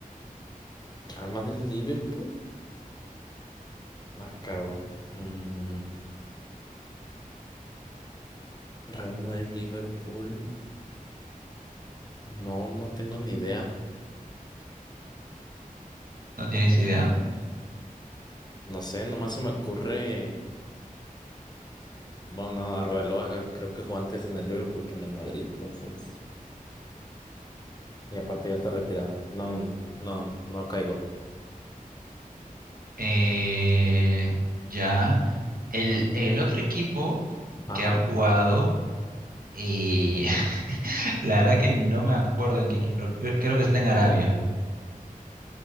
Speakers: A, on the left; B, on the right.
A: Real Madrid-Liverpool. Acabo. Mm, Real Madrid-Liverpool. No, no tengo ni idea.
B: ¿no tienes
A: Eh,
B: idea?
A: no sé, nomás se me ocurre. Bueno, no, Arbeloa creo que jugó antes en el Liverpool que en el Madrid, entonces. Y aparte ya está retirado. No, no, no caigo.
B: Eh, ya. El, el otro equipo
A: Ajá.
B: que ha jugado, y <laughs> la verdad que no me acuerdo en qué equipo, pero creo, creo que está en Arabia.